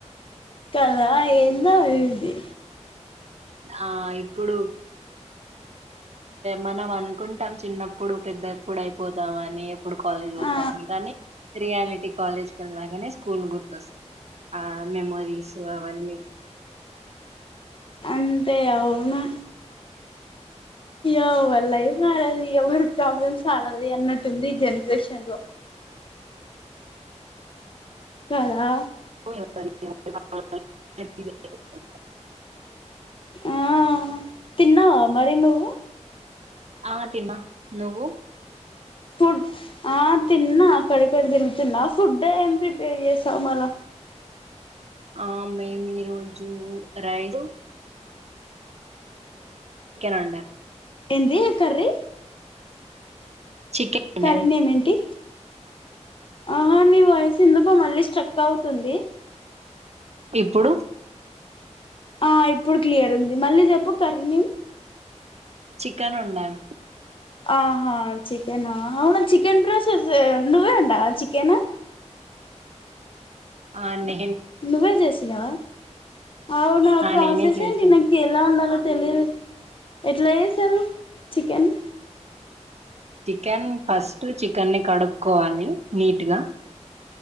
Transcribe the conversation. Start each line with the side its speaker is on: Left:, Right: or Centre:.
Left: కాదా ఎందో ఇది
Right: ఆ ఇప్పుడు మనం అనుకుంటాం చిన్నప్పుడు పెద్ద ఎప్పుడు అయిపోతామని ఇప్పుడు కాలేజ్ పోతామని
Left: ఆ
Right: కానీ రియాలిటీ కాలేజ్ కి వెళ్ళాకనే స్కూల్ గుర్తొస్తంది ఆ మెమొరీస్ అవన్నీ
Left: అంతే అవును ఎవరి లైఫ్ అల్లది ఎవరి ప్రాబ్లమ్స్ వాళ్ళది అన్నట్టు ఉంది ఈ జనరేషన్ లో కాదా
Right: <unintelligible>
Left: ఆ తిన్నావా మరి నువ్వు
Right: ఆ తిన్న నువ్వు
Left: ఫుడ్ ఆ తిన్నా అక్కడ ఇక్కడ తిరుగుతున్నా ఫుడ్ ఏం ప్రిపేర్ చేసావు మళ్ళ
Right: ఆ మేమి ఈ రోజు రైస్ చికెన్ వండా
Left: ఎంది కర్రీ
Right: చికెన్ వండాం
Left: కర్రీ నేమ్ ఏంటి ఆహా నీ వాయిస్ ఎందుకో మళ్ళీ స్ట్రక్ అవుతుంది
Right: ఇప్పుడు
Left: ఆ ఇప్పుడు క్లియర్ ఉంది మళ్ళీ చెప్పు కర్రీ నేమ్
Right: చికెన్ వండాం
Left: ఆహా చికెనా అవునా చికెన్ రోస్ట్ నువ్వే వండవా చికెన్
Right: ఆ నే
Left: నువ్వే చేసినవా అవునా
Right: ఆ
Left: ప్రాసెస్
Right: నేనే చేసాను
Left: ఏంటి నాకు ఎలా వండాలో తెలీదు ఎట్లా చేసారు చికెన్
Right: చికెన్ ఫస్ట్ చికెన్ని కడుక్కోవాలి నీట్గా